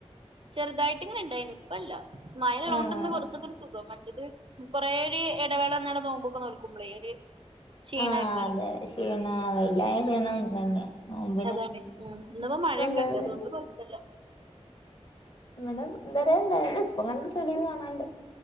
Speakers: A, on the right; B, on the left.
A: ചെറുതായിട്ട് ഇങ്ങനെ ഉണ്ടായി നു ഇപ്പല്ലോ മയ ഉള്ളോണ്ടന്ന്
B: ആഹ്
A: കൊറച്ചൊക്കെ ഒരു സുഖം കൊറേ ഒരു ഇടവേളന്ന നോമ്പ്ക്കെ നോൽക്കുമ്പോളേ ര് ക്ഷീണേക്കാരം
B: ആഹ് അതെ ക്ഷീണ വെയിലായ
A: ഉം
B: ക്ഷീണം തന്നെ നോമ്പിന്
A: അതാണ് ഇപ്പൊ മഴയൊക്കെ
B: നല്ലത്
A: ഇണ്ട് അതുകൊണ്ട് കൊഴപ്പല്ല
B: ഇവടെ ഇതരേണായിനി അപ്പൊ അങ്ങനത്തെ തെളിവ് കാണാണ്ട്